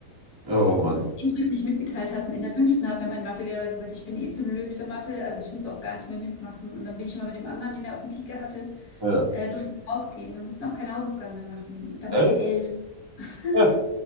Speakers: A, on the right; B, on the left.
A: Oh
B: die uns
A: Mann.
B: das eindrücklich mitgeteilt hatten. In der fünften hat mir mein Mathelehrer gesagt, ich bin eh zu blöd für Mathe, also ich muss auch gar nicht mehr mitmachen. Und dann bin ich immer mit dem anderen, den er auf dem Kieker hatte,
A: Ja.
B: äh, durften wir rausgehen. Wir mussten auch keine Hausaufgaben mehr machen. Und da
A: Echt?
B: war ich elf. <laughs>
A: <laughs>